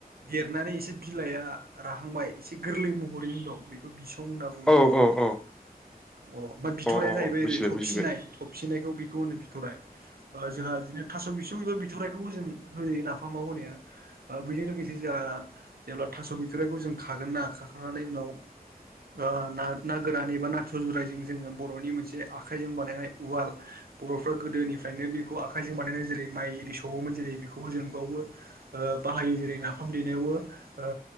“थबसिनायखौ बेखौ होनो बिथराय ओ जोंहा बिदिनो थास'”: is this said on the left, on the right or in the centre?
Right